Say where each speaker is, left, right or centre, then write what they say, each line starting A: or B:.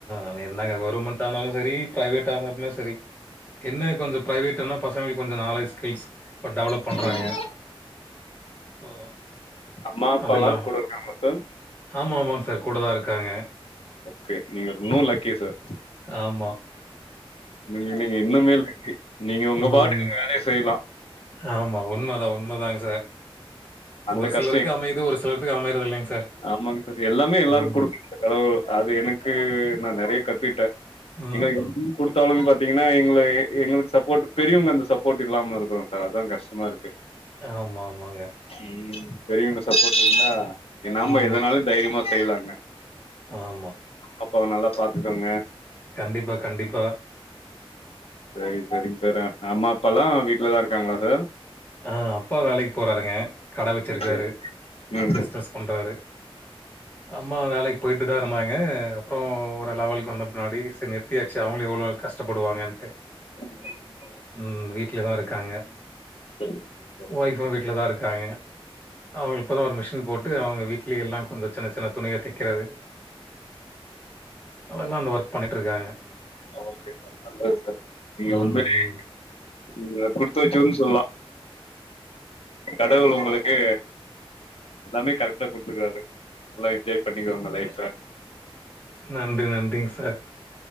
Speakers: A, on the left; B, on the left.
A: அது என்னங்க கவர்மெண்ட் இருந்தாலு சரி பிரைவேட்டா இருந்தாலுமே சரி என்ன கொஞ்சோ பிரைவேட்டுனா பசங்க கொஞ்சோ நாலேஜ் ஸ்கில்ஸ் டெவலப் பண்றாங்க
B: ம்
A: ஆ
B: அம்மா அப்பால்லா
A: அதெல்லாம்.
B: கூட இருக்காங்களா சார்
A: ஆமா ஆமாங் சார் கூட தா இருக்காங்க
B: ஓகே நீங்க இன்னு லக்கி சார்
A: ஆமா.
B: நீங்க நீங்க இன்னுமே லக்கி நீங்க உங்க
A: ம்.
B: பாட்டுக்கு வேலைய செய்லா
A: ஆமா உண்ம தா உண்ம தாங்க சார்
B: அந்த
A: ஒரு
B: கஷ்ட
A: சிலருக்கு அமையுது ஒரு சிலருத்துக்கு அமைரது இல்லைங் சார்
B: ஆமாங்க சார் எல்லாமே எல்லாருக்கு
A: ம்.
B: குடுக்க <inaudible> கடவுள் அது எனக்கு நா நெறைய கத்துட்டே
A: ம்.
B: எங்க <inaudible> குடுத்தாலுமே பாத்தீங்கன்னா எங்கள எ எங்களுக்கு சப்போர்ட் பெரியவங்க அந்த சப்போர்ட் இல்லாம இருக்குறோ சார் அதா கஷ்டமாருக் கு
A: ஆமாமாங்க
B: ம் பெரியவங்க சப்போர்ட் இருந்தா என் நாம
A: ம்.
B: எதனாலு தைரியமா செய்யலாங்க
A: ஆமா
B: அப்பாவ நல்லா பாத்துக்கோங்க
A: கண்டிப்பா கண்டிப்பா
B: செரி செரிங் சார் அ அம்மா அப்பால்லா வீட்லதா இருக்காங்களா சார்?
A: ஆ அப்பா வேலைக்கு போறாருங்க கட வச்சிருக்காரு
B: ஓகே ம்
A: பிஸ்னஸ் பண்றாரு அம்மா வேலைக்கு போயிட்டுதா இருந்தாங்க அப்றோ ஒரு லெவலுக்கு வந்த பின்னாடி சர் நிறுத்தியாச்சு அவங்களு எவ்ளோ கஷ்டப்படுவாங்கன்ட்டு
B: உம் உ
A: ம் வீட்லதா இருக்காங்க
B: செரி
A: ஒய்ஃப்பு வீட்லதா இருக்காங்க அவங்களுக் இப்பதா ஒரு மிஷின் போட்டு அவங்க வீட்டுலயே எல்லா கொஞ்ச சின்ன சின்ன துணிய தை க்கிறது ஒ நல்ல ஒர்க் பண்ணிட்டுருக்காங்க
B: ஓகே சார் நல்லது சார் நீங்க
A: ம்.
B: உண்மைலே நீங்க குடுத்து வச்சவர்னு சொல்லா கடவுள் உங்களுக்கு எல்லாமே கரெக்டா குடுத்துக்கறாரு நல்லா எஞ்சாய் பண்ணிக்கோங்க லைஃப்ப
A: அ நன்றி நன்றிங் சார்